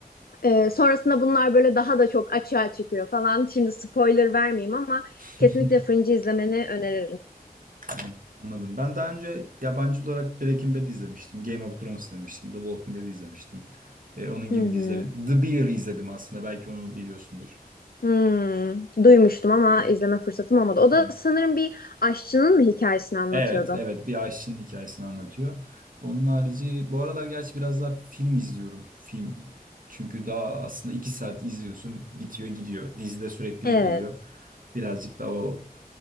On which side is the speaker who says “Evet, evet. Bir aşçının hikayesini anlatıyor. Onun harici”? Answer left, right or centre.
Right